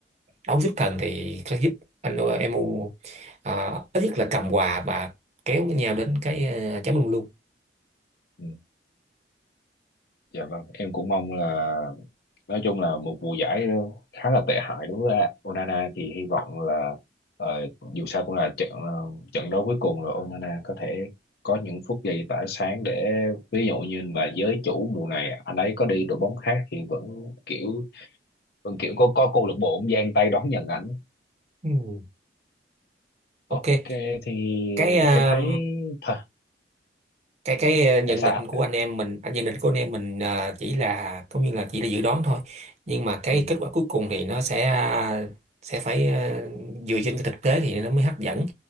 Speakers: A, on the right; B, on the left.
A: đấu xuất thần thì sẽ giúp anh ờ, Emu ờ, ít nhất là cầm hòa và kéo nhau đến cái ờ, chấm luôn luôn
B: ừ. Dạ vâng, em cũng mong là nói chung là một mùa giải khá là tệ hại đối với Onana thì hy vọng là ờ, dù sao cũng là trận ờ, trận đấu cuối cùng rồi Onana có thể có những phút giây tỏa sáng để ví dụ như là giới chủ mùa này anh ấy có đi đội bóng khác thì vẫn kiểu vẫn kiểu có có câu lạc bộ cũng giang tay đón nhận ảnh
A: Ừ,
B: ok
A: ok
B: thì
A: cái ờ,
B: em thấy thôi
A: cái cái ờ, nhận
B: để sao
A: định của anh em mình à, nhận định của anh em mình ờ, chỉ là cũng như là chỉ là dự đoán thôi nhưng mà cái
B: ừ,
A: kết quả cuối cùng thì nó sẽ ờ, sẽ phải ờ, dựa trên cái thực tế thì nó mới hấp dẫn